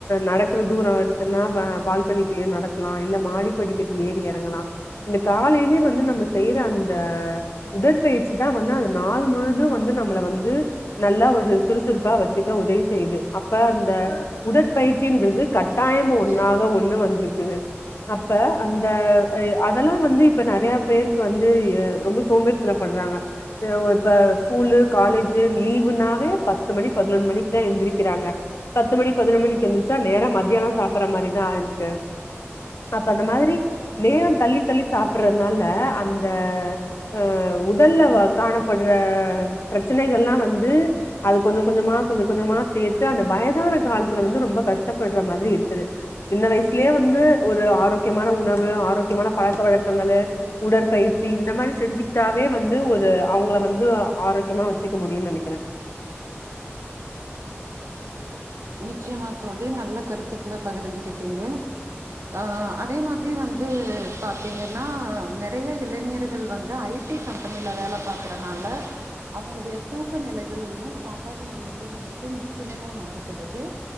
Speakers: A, on the left (about 70°); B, on the right (about 85°).
A: நடக்கிற தூரம் இருக்குன்னா பால்கனிக்குள்ளயே நடக்கலாம் இல்ல மாடிப்படிக்கட்டி ஏறி இறங்கலாம் இந்த காலையிலயே வந்து நம்ம செய்யற அந்த உடற்பயிற்சி தான் வந்து அந்த நாள் முழுதும் வந்து நம்மளை வந்து நல்லா ஒரு சுறுசுறுப்பா வச்சுக்க உதவி செய் செய்து அப்ப அந்த உடற்பயிற்சின்றது கட்டாயம் ஒன்னாக ஒண்ணு வந்திருக்குது அப்ப அந்த அதெல்லா வந்து இப்ப நிறைய பேருக்கு வந்து ரொம்ப சோம்பத்தப்படுறாங்க இவுஇப்ப ஸ்கூலுக காலேஜ் லீவுனாவே பத்து மணி பதினொன்னு மணிக்கு எந்திரிக்கிறாங்க பத்து மணி பதினொரு மணிக்கு எந்திரிச்சா நேரா மத்தியானம் சாப்பற மாதிரிதான் ஆ இருக்கு அப்ப அந்த மாதிரி நேரம் தள்ளி தள்ளி சாப்பிடுறதுனால அந்தஹ் உடல்ல காணப்படுற பிரச்சனைகல்லா வந்து அது கொஞ்ச கொஞ்சமா கொஞ்சம் கொஞ்சமா சேர்த்து அந்த வயதான காலத்துல வந்து ரொம்ப கஷ்டப்படுற மாதிரி இருக்குது சின்ன வயசுலயே வந்து ஒரு ஆரோக்கியமான உணவு ஆரோக் கியமான பழக்க வழக்கங்களு உடற்பயிற்சி இந்த மாதிரி செஞ்சுக்கிட்டாவே வந்து ஒரு அவங்கள வந்து ஆரோக்கியமா வச்சுக்க முடியுன்னு நினைக்கிறேன்
B: நிச்சயமா தோழி நல்ல கருத்துக்களை பகிர்ந்துகிட்டீங்க அஹ் அதே மாதிரி வந்து பாத்தீங்கன்னா நிறைய இளைஞர்கள் வந்து ஐடி கம்பெனில வேலை பாக்குறனால அவங்களுடைய தூக்க நிலைகளும் சாப்பாட்டு முறைகளும் வந்துட்டு முற்றிலுமா மாறும் படுது